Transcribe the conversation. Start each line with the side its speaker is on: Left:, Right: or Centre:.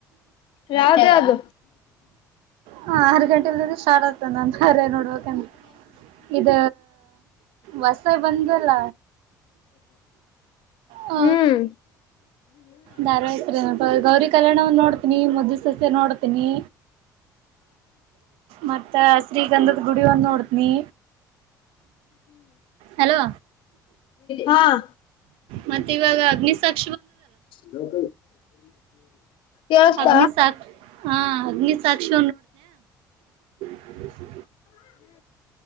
Left: ಇ ಯಾವ್ದ್ದ
Right: ಹ ಆರ್ ಗಂಟೆಲ್ ಸ್ಟಾರ್ಟ್ ಆಗ್ತದೆ ನಾನರೆ ನೋಡ್ಬೇಕ ಇದ ಹೊಸಾಯ ಬಂದಲ್ಲ ಹ
Left: ಹ್ಮ್
Right: ದಾರವ ಹೆತರನ ಬ ಗೌರಿ ಕಲ್ಯಾಣವನ್ನು್ ನೋಡ್ತೀನಿ ಮಜ್ಜು ಸಸ್ಯ ನೋಡ್ತೀನಿ ಮತ್ತ ಶ್ರೀಗಂಧದ ಗುಡಿವನ್ ನೋಡ್ತನಿ ಹಲೋ
Left: ಹಾ
Right: ಮತ್ತೆ ಇವಾಗ ಅಗ್ನಿಸಾತ್
Left: ಯ ಕ ಕೆ ಅತ
Right: ಅಗ್ನಿಸಾಕ್ಷಿ ಹಾ ಅಗ್ನಿಸಾಕ್ಷಿ ಈ ಸಿ